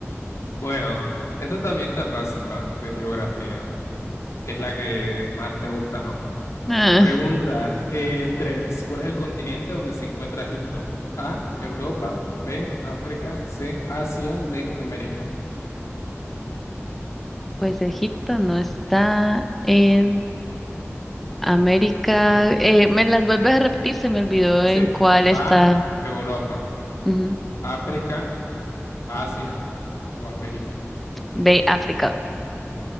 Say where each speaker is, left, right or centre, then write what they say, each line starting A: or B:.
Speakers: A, on the left (about 90°); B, in the centre.
A: Bueno, esta también está fácil, va, de geografía, que es la que más te gusta, ¿no?
B: Ah,
A: Pregunta eh, tres. ¿Cuál es el continente donde se encuentra Egipto? A, Europa, B, África, C, Asia, D, América.
B: pues Egipto no está en... América. Eh, ¿me las vuelves a repetir? Se me olvidó en
A: C,
B: cuál
A: A,
B: está.
A: Europa,
B: Ujú.
A: África, Asia o América.
B: Ve África.